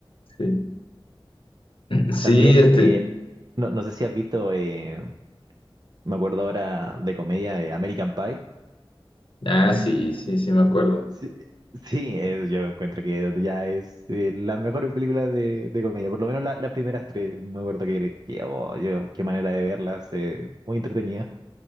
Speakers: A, on the left; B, on the right.
A: Sí, sí,
B: También,
A: este,
B: eh, no, no sé si has visto, eh, me acuerdo ahora de comedia, eh, American Pie.
A: ah, sí, sí, sí, me acuerdo.
B: Sí, sí, eh, yo encuentro que ya es eh, las mejores películas de, de comedia, por lo menos la- las primeras tres, me acuerdo que, que oh, yo, qué manera de verlas, eh, muy entretenida.